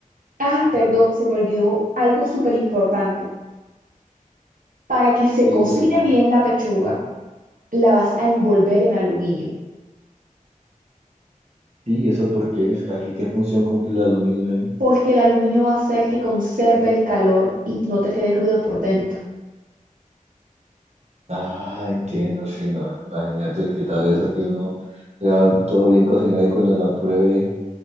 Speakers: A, on the right (about 75°); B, on the right (about 50°).
A: Ah, perdón, se me olvidó algo súper importante. Para que se
B: Sí,
A: cocine
B: cuéntame.
A: bien la pechuga, la vas a envolver en aluminio.
B: Sí, ¿y eso por qué? Es que aquí, ¿qué función cumple el aluminio ahí?
A: porque el aluminio va a hacer que conserve el calor y no te quede cruda por dentro.
B: Ah, entiendo, sí, no. Imagínate qué tal eso que uno le da todo bien cocinado y cuando la pruebe